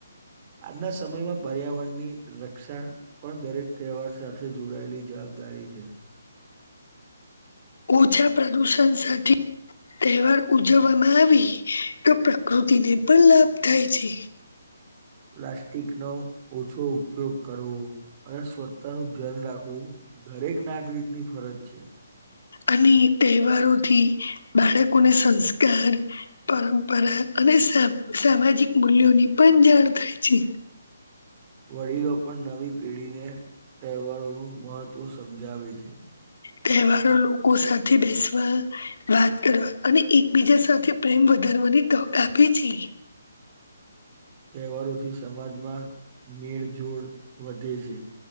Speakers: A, on the right (about 30°); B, on the left (about 70°).
A: આજના સમયમાં પર્યાવરણની રક્ષા પણ દરેક તહેવાર સાથે જોડાયેલી જવાબદારી છે
B: ઓછા પ્રદૂષણ સાથે તહેવાર ઉજવવામાં આવી તો પ્રકૃતિને પણ લાભ થાય છે
A: પ્લાસ્ટિક નો ઓછો ઉપયોગ કરવો અને સ્વચ્તા નું ધ્યાન રાખવું દરેક નાગરિક ની ફરજ છે
B: અને તહેવારોથી બાળકોને સંસ્કાર પરંપરા અને સા સામાજિક મૂલ્યોની પણ જાણ થાય છે
A: વડીલો પણ નવી પેઢીને તહેવારોનું મહત્વ સમજાવે છે
B: તહેવારો લોકો સાથે બેસવા વાત કરવા અને એકબીજા સાથે પ્રેમ વધારવાની તક આપે છે
A: તહેવારોથી સમાજમાં મેળ જોડ વધે છે